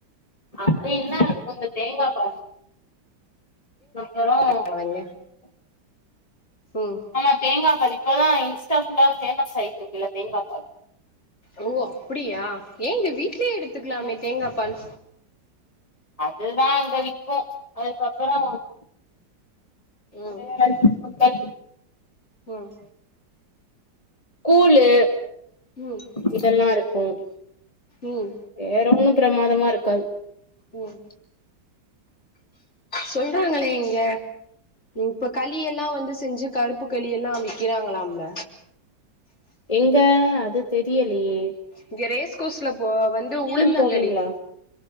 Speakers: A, on the left; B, on the left.
A: அப்டீன்னா கொஞ்சோ தேங்கா பாலு ஊத் இதுகப்பறோ
B: தேங்காவைங்க ம்
A: ஆமா தேங்கா பாலு இப்பதா இன்ஸ்டா ஃபுல்லா ஃபேமஸ் ஆயிட்டுருக்குல்ல தேங்கா பால்
B: ஓ அப்புடியா ஏங்க வீட்லயே எடுத்துக்கலாமே
A: ம்
B: தேங்கா பால்
A: அதுதா அங்க விக்கு அதுக்கப்பறோ
B: ம்
A: வேற சுண்டல்
B: ம்
A: கூலு
B: ம்
A: இதெல்லா இருக்கோ
B: ம்
A: வேற ஒன்னோ பிரமாதமா இருக்காது
B: ம் சொல்றாங்களே இங்க இப்ப கலி யெல்லா வந்து செஞ்சு கருப்பு களி எல்லா விக்கிறாங்களாம்ல
A: எங்க அது தெரியலயே
B: இந்த ரேஸ்கோஸ்ல போ வந்து உளுந்தங்களி
A: போவீங்களா